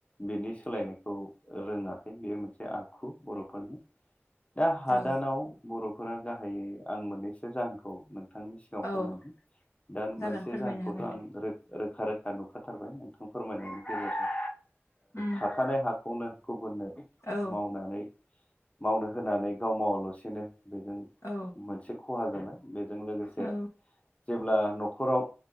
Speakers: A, on the left; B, on the left.
A: बिनि सोलायनायखौ रोङाखै बेयो मोनसे आखु बर'फोरनो दा हादानाव
B: औ
A: बर'फोरा गाहायै आं मोननैसो जाहोनखौ नों नोंथांनि सिगाङाव
B: औ
A: फोरमायनो दा
B: जागोन
A: मोनसे
B: फोरमायनो
A: जाहोनखौथ'
B: हागोन
A: आं
B: दे
A: रोखा रोखा। नुखाथारबाय नोंथां फोरमायनायनि गेजेरजों
B: उम
A: थाखानाय हाखौनो गुबुन
B: औ
A: मावनानै मावनो होनानै गाव मावाालसेनो बेजों मोनसे
B: औ
A: खहा जानाय बेजों लोगोसे
B: औ
A: जेब्ला न'खराव